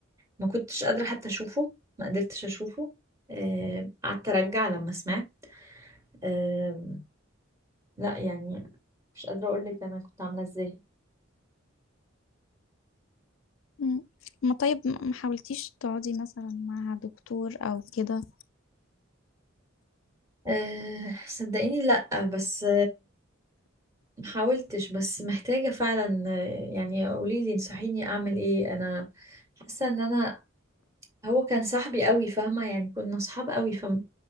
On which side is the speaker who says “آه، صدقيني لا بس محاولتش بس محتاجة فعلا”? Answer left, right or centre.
Right